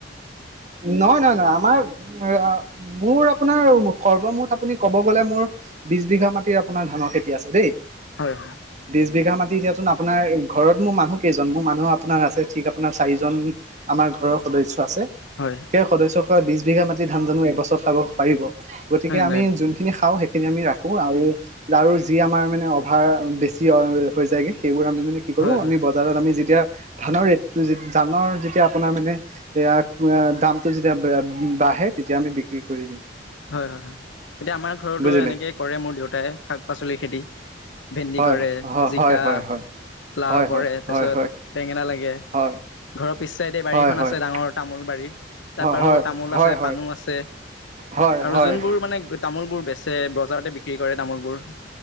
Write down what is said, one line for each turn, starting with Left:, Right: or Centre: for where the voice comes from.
Right: নহয় নহয় নহয় আমাৰ এইয়া মোৰ আপোনাৰ সৰ্বমুঠ আপুনি ক'ব গ'লে মোৰ বিশ বিঘা মাটিৰ আপোনাৰ ধানৰ খেতি আছে দেই।
Left: হয়।
Right: বিশ বিঘা মাটি দিয়াচোন আপোনাৰ ঘৰত মোৰ মানুহ কেইজন, মোৰ মানুহ আপোনাৰ আছে ঠিক আপোনাৰ চাৰিজন আমাৰ ঘৰৰ সদস্য আছে।
Left: হয়।
Right: এই সদস্য খ বিশ বিঘা মাটি ধান জানো এবছৰত খাব পাৰিব? গতিকে
Left: হয়
Right: আমি
Left: নাই
Right: যোন খিনি খাওঁ সেইখিনি আমি ৰাখো আৰু আৰু যি আমাৰ মানে অভাৰ বেছি হৈ যায়গে সেইবোৰ আমি মানে কি কৰোঁ
Left: হয় হয়
Right: আমি বজাৰত আমি যেতিয়া ধানৰ ৰেটটো যে ধানৰ যেতিয়া আপোনাৰ মানে এয়া দামটো যেতিয়া বাঢ়ে তেতিয়া আমি বিক্ৰী কৰি দিওঁ।
Left: হয় হয় হয়, এতিয়া আমাৰ ঘৰতো
Right: বুজিলে
Left: এনেকে কৰে মোৰ দেউতাই শাক পাচলিৰ খেতি। ভেন্দি
Right: হয়
Left: কৰে,
Right: হয়
Left: জিকা,
Right: হয় হয় হয়
Left: লাও
Right: হয়
Left: কৰে
Right: হয়
Left: তাৰ
Right: হয়
Left: পিছত বেঙেনা লাগে।
Right: হয়।
Left: ঘৰৰ পিছ চাইডে বাৰীখন
Right: হয় হয়
Left: আছে
Right: হয়
Left: ডাঙৰ তামোল বাৰী, তাত বাৰু
Right: হয়
Left: তামোল
Right: হয় হয়
Left: আছে
Right: হয়
Left: পানো আছে।
Right: হয়
Left: আৰু
Right: হয়
Left: যোনবোৰ মানে তামোলবোৰ বেচে বজাৰতে বিক্ৰী কৰে তামোলবোৰ।